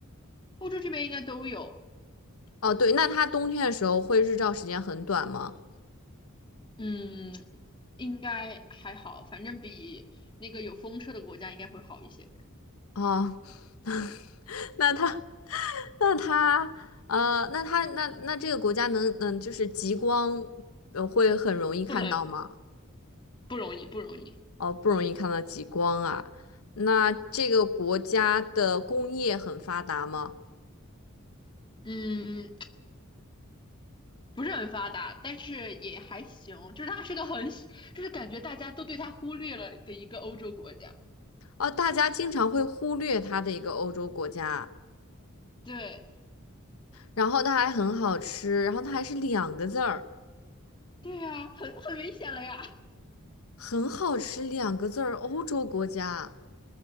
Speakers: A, on the left; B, on the left.
A: 欧洲这边应该都有。
B: 哦，对，那它冬天的时候会日照时间很短吗？
A: 嗯，应该还好，反正比那个有风车的国家应该会好一些。
B: 啊、<laughs> 那它，<laughs> 那它，呃，那它，那那这个国家能，嗯，就是极光，呃，会很容易看到吗？
A: 不冷，不容易，不容易。
B: 哦，不容易看到极光啊。那这个国家的工业很发达吗？
A: 嗯，不是很发达，但是也还行，就是它是个很小就是感觉大家都对它忽略了的一个欧洲国家。
B: 哦，大家经常会忽略它的一个欧洲国家。
A: 对，
B: 然后它还很好吃，然后它还是两个字儿，
A: 对呀，很很明显了呀。
B: 很好吃两个字儿，欧洲国家，